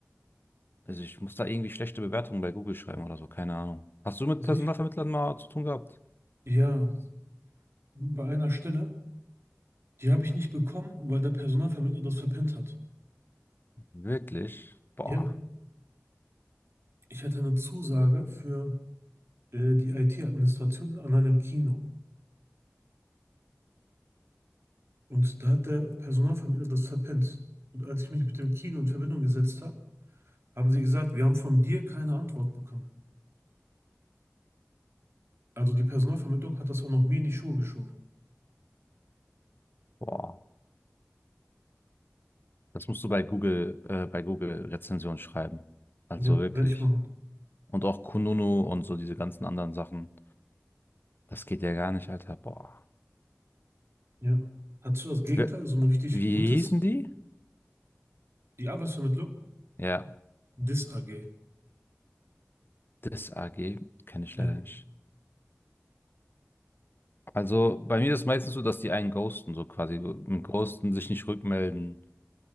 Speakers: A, on the left; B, on the right.
A: Also ich muss da irgendwie schlechte Bewertungen bei Google schreiben oder so, keine Ahnung. Hast du mit
B: Sich.
A: Personalvermittlern mal zu tun gehabt?
B: Ja. Bei einer Stelle, die habe ich nicht bekommen, weil der Personalvermittler das verpennt hat.
A: Wirklich? Boah,
B: Ja. Ich hatte eine Zusage für äh, die IT-Administration an einem Kino. Und da hat der Personalvermittler das verpennt. Und als ich mich mit dem Kino in Verbindung gesetzt habe, haben sie gesagt, wir haben von dir keine Antwort bekommen. Also die Personalvermittlung hat das auch noch mir in die Schuhe geschoben.
A: boah. Das musst du bei Google, äh, bei Google Rezension schreiben. Also
B: Ja,
A: wirklich.
B: werde ich machen.
A: Und auch Kununu und so diese ganzen anderen Sachen. Das geht ja gar nicht, Alter. Boah.
B: Ja. Hattest du das Gegenteil,
A: Ich will-
B: so ein richtig
A: Wie
B: gutes?
A: hießen die?
B: Die Arbeitsvermittlung?
A: Ja,
B: DIS AG.
A: das AG kenne ich
B: Ja.
A: leider nicht. Also bei mir ist es meistens so, dass die einen ghosten, so quasi mit Ghosten sich nicht rückmelden.